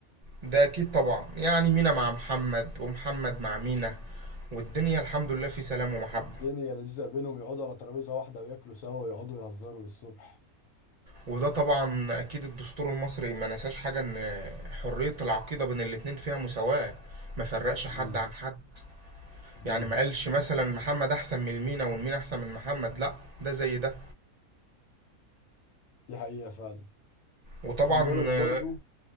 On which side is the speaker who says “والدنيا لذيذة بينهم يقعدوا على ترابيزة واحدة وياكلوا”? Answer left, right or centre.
Left